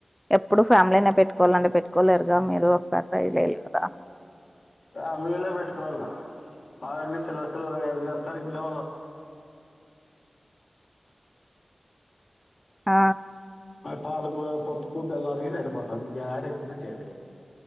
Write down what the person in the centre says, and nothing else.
ఎప్పుడు ఫ్యామిలీ అయినా పెట్టుకోవాలండి పెట్టుకోలేరు ఇగా మీరు <unintelligible>
కదా
ఆ